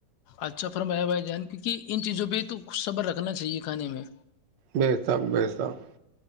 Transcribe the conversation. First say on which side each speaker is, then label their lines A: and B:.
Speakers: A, on the left (about 75°); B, on the right (about 85°).
A: اچھا فرمایا بھائی جان کیونکہ ان چیزوں پہ توھ صبر رکھنا چاہیے کھانے میں
B: ب تاک ب تاک <unintelligible>